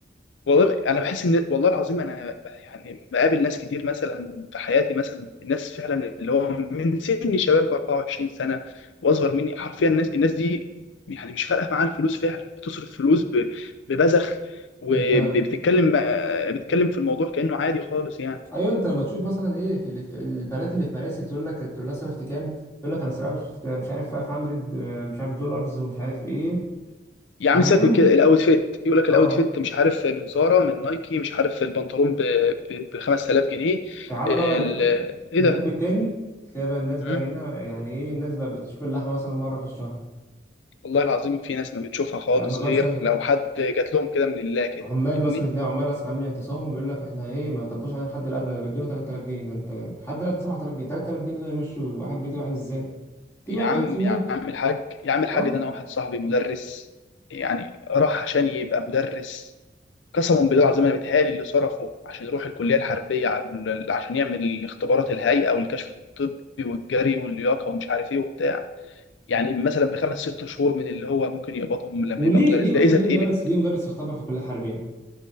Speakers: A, on the left; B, on the left.
A: والله انا بحس ان والله العظيم انا يعني بقابل ناس كتير مثلا في حياتي مثلا الناس فعلا اللي هو من سن شباب ب 24 سنة واصغر مني حرفيا الناس الناس دي يعني مش فارقة معاها الفلوس فعلا بتصرف فلوس ب- ببذخ وبتتكلم
B: أنت
A: آه، بتتكلم في الموضوع كأنه عادي خالص يعني
B: أيوه أنت لما تشوف مثلا إيه في, اللي في البنات اللي في مراسي تقول لك تقول لها صرفت كام تقول لك أنا صرفت مش عارف 500 آه، مش عارف دولارز ومش عارف إيه
A: يا عم
B: أهاليهم
A: سيبك من كده الاوت فيت يقول لك الاوت
B: أه
A: فيت مش عارف من زارا من نايكي مش عارف البنطلون ب 5000 جنيه
B: تعالى
A: ال-
B: بقى الجنب
A: ايه ده؟
B: التاني تلاقي بقى الناس بقى
A: مم.
B: هنا يعني ايه الناس بقى بتشوف اللحمه مثلا مره في الشهر
A: والله العظيم في ناس ما بتشوفها خالص
B: لما
A: غير
B: مثلا
A: لو حد جات لهم كده من الله كده
B: عمال
A: فاهمني؟
B: مثلا تلاقي عمال مثلا عاملين اعتصام يقول لك احنا ايه ما طبوش علينا الحد الادنى بيدونا 3000 جنيه ده انت الحد الادنى 7000 جنيه 3000 جنيه دول يمشوا واحد بيت واحد ازاي؟ تيجي
A: يا
B: بقى
A: عم
B: مجلس النواب
A: يا عم الحاج يا عم الحاج
B: اه
A: ده انا واحد صاحبي مدرس يعني راح عشان يبقى مدرس قسما بالله العظيم انا متهيألي اللي صرفه عشان يروح الكليه الحربيه على- عشان يعمل اختبارات الهيئه والكشف الطبي والجري واللياقه ومش عارف ايه وبتاع يعني مثلا بخمس ست شهور من اللي هو ممكن يقبضهم لما
B: وليه
A: يبقى مدرس
B: ليه
A: ده
B: اصلا
A: اذا
B: ليه
A: اتقبل
B: مدرس ليه مدرس يختبر في كليه حربيه؟